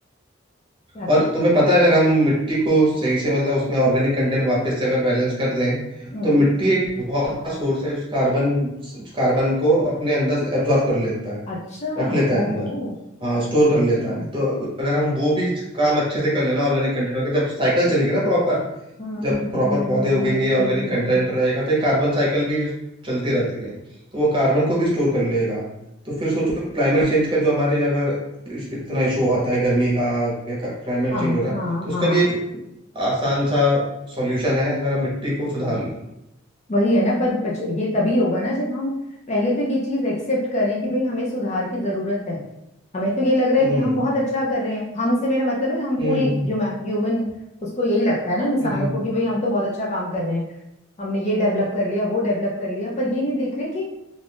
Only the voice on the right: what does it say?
और तुम्हें
पता है अगर हम मिट्टी को सही से मतलब उसमें ऑर्गेनिक कंटेंट वापस से अगर बैलेंस कर दें
तो मिट्टी एक बहुत बड़ा सोर्स है जो कार्बन कार्बन को अपने अंदर एब्जॉर्ब कर लेता है
रख लेता है
अंदर हाँ स्टोर
कर लेता
है तो अगर हम वो भी काम अच्छे से कर लेना ऑर्गेनिक कंटेंट का जब साइकिल चलेगी ना प्रॉपर
जब प्रॉपर
पौधे
उगेंगे
ऑर्गेनिक
कंटेंट
रहेगा तो एक कार्बन साइकिल भी चलती रहती है तो वो कार्बन को भी स्टोर कर लेगा तो फिर सोचो क्लाइमेट चेंज का जो हमारे अगर इतना इशू आता है गर्मी का या क्लाइमेट
चेंज हो रहा है
तो उसका
भी एक आसान सा सॉल्यूशन है अगर हम मिट्टी को सुधार लें
हम्म
हम्म
हम्म